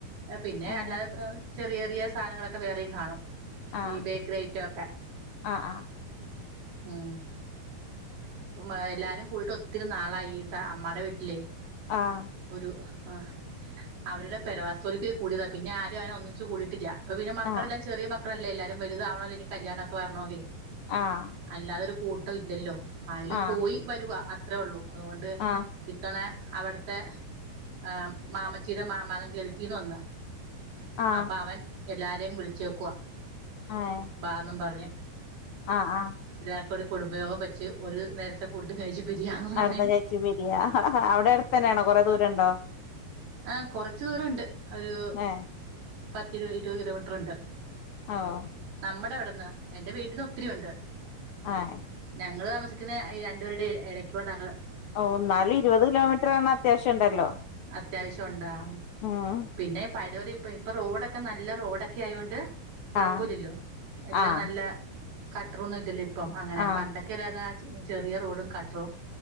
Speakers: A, on the right; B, on the left.
A: പിന്നെ
B: ഏഹ്
A: അല്ലാതെ ഏ ചെറിയ ചെറിയ സാധനങ്ങളൊക്കെ വേറെയും കാണും
B: ആഹ്
A: ഈ ബേക്കറി ഐറ്റയൊക്കെ
B: ആഹ്
A: മം ഇപ്പം എല്ലാരും കൂടിട്ട് ഒത്തിരി നാളായി അമ്മാടെ വീട്ടിലെ
B: ആഹ്
A: ഒരു ആഹ് അവരുടെ പെരവസ്തുലിക്ക് കൂടിയതാ പിന്നെ ആരും അങ്ങനെ ഒന്നിച്ച് കൂടിയിട്ടില്ല ഇപ്പൊ പിന്നെ മക്കളെല്ലാം
B: ആഹ്
A: ചെറിയ മക്കളല്ലേ എല്ലാരും വലുതാവണല്ലോ ഇനി കല്യാണോക്കെ വരോണോങ്കി
B: ആഹ്
A: അല്ലാതൊരു കൂട്ടം ഇല്ലല്ലോ ആയലും
B: ആഹ്
A: പോയി വരുക അത്രേ ഉള്ളൂ അതുകൊണ്ട്
B: ആഹ്
A: ഇത്തവണ അവിടുത്തെ ഏ മാമച്ചിടെ മാ മാകൻ ഗൾഫീന്ന് വന്ന്
B: ആഹ് ആഹ്
A: അപ്പൊ അവൻ എല്ലാരെയും വിളിചെക്കൂവാ
B: ഏഹ്
A: ബാന്നും പറഞ്ഞ്
B: ആഹ് ആഹ്
A: എല്ലാർക്കും കുടുംബയോഗം വെച്ച് ഒരു നേരത്തെ ഫുഡ് കഴിച്ച് പിരിയാന്നും പറഞ്ഞ്
B: അവിടുന്ന് കയിച്ചു പിരിയാ അവിടെ അടുത്തന്നെയാണോ കൊറെ ദൂരണ്ടോ
A: ആഹ് കൊറച്ചു ദൂരണ്ട് ഒരു
B: ഏഹ്
A: പത്തിരുപത് ഇരുവത് കിലോമീറ്റർ ഉണ്ട്
B: ആഹ്
A: നമ്മടെ അവിടുന്ന് എന്റെ വീട്ടിന്ന് ഒത്തിരിയുണ്ട്
B: ഏഹ്
A: ഞങ്ങള് താമസിക്കുന്ന ഏ രണ്ടുപേരുടെ ഇരയ്ക്ക്ണ്ടാണ്
B: ഓ ഇന്നലും ഇരുവത് കിലോമീറ്റർ ആണ് അത്യാവശ്യണ്ടല്ലോ
A: അത്യാവശ്യണ്ടോ
B: ആഹ്
A: പിന്നെ പയ്ടലെ ഇപ്പ ഇപ്പൊ റോഡൊക്കെ നല്ല റോഡൊക്കെ ആയൊണ്ട് കൊഴപ്പൊല്ലല്ലോ
B: ആഹ്
A: എല്ലാം
B: ആഹ്
A: നല്ല കട്ടറ്ന്നും ഇല്ലല്ലോ ഇപ്പം അങ്ങനെ
B: ആഹ്
A: പണ്ടൊക്കെ ചെറിയതച്ച് ചെറിയ റോഡും കട്ടറും